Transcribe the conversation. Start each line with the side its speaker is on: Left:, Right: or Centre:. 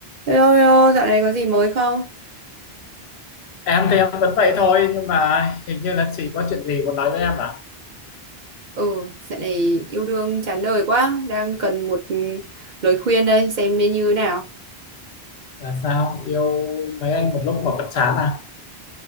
Right: Hello, hello, dạo này có gì mới không?
Left: em thì em vẫn vậy thôi nhưng mà hình như là chị có chuyện gì muốn nói với em à
Right: Ừ, dạo này yêu đương chán đời quá, đang cần một ừ, lời khuyên đây, xem nên như thế nào.
Left: là sao yêu mấy anh một lúc mà vẫn chán à